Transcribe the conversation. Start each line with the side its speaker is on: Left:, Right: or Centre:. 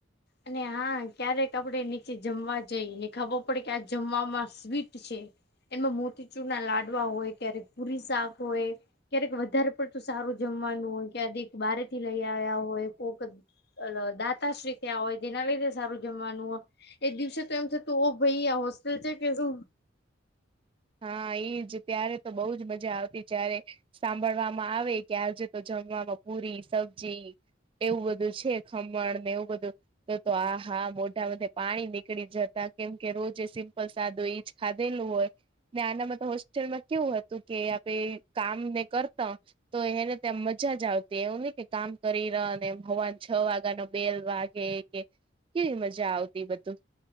Left: અને હા ક્યારેક આપડે નીચે જમવા જઈ, ને ખબર પડે કે આજ જમવામાં સ્વીટ છે એમાં મોતીચૂરના લાડવા હોય, ક્યારેક પુરી-શાક હોય ક્યારેક વધારે પડતું સારું જમવાનું હોય ક્યાદીક બહારે થી લઈ આયા હોય કોક ઓલો દાતા શ્રી ત્યાં હોય જેના લીધે સારું જમવાનું હોય, એ દિવસે તો એમ થતું ઓહ ભઈ આ હોસ્ટેલ છે કે શું
Right: હા ઈજ. ત્યારે તો બહુ જ મજા આવતી જયારે સાંભળવામાં આવે કે આજે તો જમવામાં પુરી, સબજી એવું બધું છે, ખમણ ને એવું બધું તો-તો આહા મોઢામાંથી પાણી નીકળી જતા કેમ કે રોજ <unintelligible> <unintelligible> ઈજ ખાધેલું હોય ને આનામાં તો હોસ્ટેલ માં કેવું હતું કે આપે કામ ને કરતા તો એને ત્યા મજા જ આવતી, એવું નહીં કે કામ કરી રહ ને એમ હવા છ વાગા નો બેલ વાગ કેઈ કે કેવી મજા આવતી ઈ બધું.